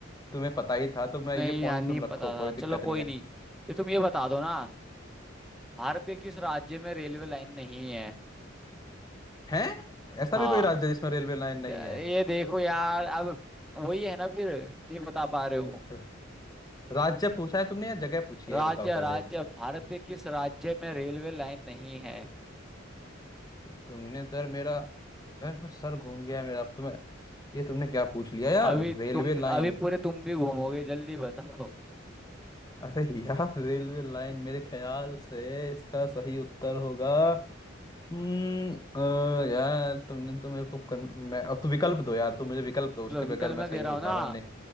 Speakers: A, on the left; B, in the centre.
A: तुम्हें पता ही था तो मैं
B: नहीं
A: ये पॉइंट
B: यार नहीं
A: तुम रखो
B: पता था
A: कोई दिक्कत
B: चलो
A: नहीं
B: कोई
A: है
B: नहीं तो तुम ये बता दो ना भारत के किस राज्य में रेलवे लाइन नहीं है
A: हैं ऐसा
B: हाँ
A: भी कोई राज्य जिसमें रेलवे लाइन नहीं
B: त- ये
A: है
B: देखो यार अब वही है ना फिर नहीं बता पा रहे हो
A: र- राज्य पूछा है तुमने या जगह पूछी
B: राज्य
A: है ये बताओ पहले
B: राज्य भारत के किस राज्य में रेलवे लाइन नहीं है
A: यार तुमने तो यार मेरा यार मैं सर घूम गया मेरा तुम्हें ये तुमने क्या पूछ लिया यार
B: अभी तुम
A: रेलवे लाइन
B: अभी पूरे तुम भी घूमोगे जल्दी बताओ
A: अरे यार रेलवे लाइन मेरे ख्याल से इसका सही उत्तर होगा हम्म अ, यार तुमने तो मेरे को कन... मैं अब तो विकल्प दो यार तुम मुझे विकल्प दो उसके
B: लो, विकल्प
A: बगैर मैं
B: मैं
A: सही
B: दे रहा
A: में
B: हूँ
A: बता
B: ना
A: रहा हूँ नहीं